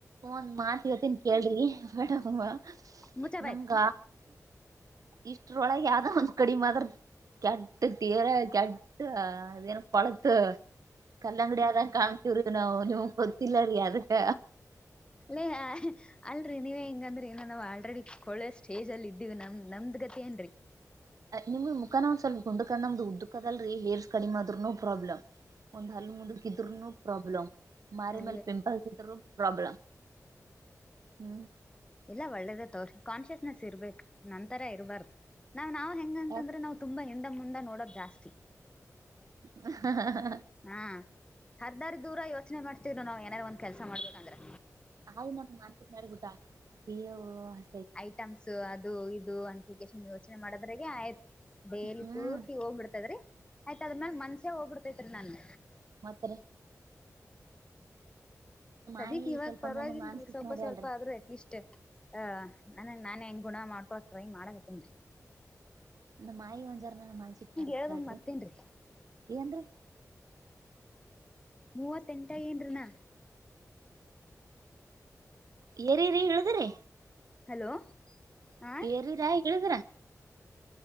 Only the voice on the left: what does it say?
ಮುಚ್ಚ ಬಾಯ್
ಅಲ್ಲೇ ಅಲ್ರರಿ ನೀವೇ ಹೆಂಗಂದ್ರ ಏನ ನಾವ್ ಆಲ್ರೆಡಿ ಕೊೊಳ್ಳೆ ಸ್ಟೇಜ್ ಅಲ್ಲಿ ಇದ್ದೀವಿ ನಮ್ ನಮ್ದ ಅದ್ಗತಿ ಏನ್ರಿ
ಅಯ್ಯ
ಎಲ್ಲಾ ಒಳ್ಳೇದ ತವ್ರಿ ಕಾನ್ಶಿಯಸ್ನೆಸ್ ಇರ್ಬೇಕಕ್ ನಂತರ ಇರಬಾರ್ದು ನಾವ್ ನಾವ್ ಹೆಂಗ ಅಂತಂದ್ರೆ
ನಾ್ ತುಂಬಾ ಅಂಡ ಮುಂಡ ನೋಡೋದ ಜಾಸ್ತಿ
ಹಾ ಹರ್ದಾರ್ ದೂರ ಯೋಚನೆ ಮಾಡ್ತವ್ರು ನಾವ್ ಏನಾರು ಒಂದ್ ಕೆಲ್ಸ ಮಾಡ್ಬಬೇಕಂದ್ರೆ
ಐಟಮ್ಸ್ ಅದು ಇದು ಅಂತ ಎಷ್ಟ ಯೋಚನೆ ಮಾಡದ್ರಾಗ ಆಯ್ತು ಡೇಲಿ
ಪೂರ್ತಿ ಹೋಗ್ಬಿಡ್ತೈದ್ರಿ ಆಯ್ತ ಅದ್ಮ್ಯಾಲ ಮನ್ಸ್ಯ ಹೋಗ್ಬಿಡ್ತೈತ್ರಿ ನಾನ
ಸದ್ಯಕ್
ಇವಾಗ
ಪರವಾಗಿಲ್ರರಿ
ಸ್ವಲ್ಪ
ಸ್ವಲ್ಪ ಆದ್ರೂ ಅಟ್ಲೀಸ್ ಹ ನನ್ಂಗ ನಾನನ್ ಹೆಂಗ್ ಗುಣ ಮಾಡ್ಕೊಕ್ ಟ್ರೈ ಮಾಡಗತ್ತೇನ್ರಿ
ಹೇಳದಂಗ ಮರ್ತೇನ್ರಿ
ಮೂವತ್ತ ಎಂಟ ಏನ್ರನಾ
ಹಲೋ ಹಾ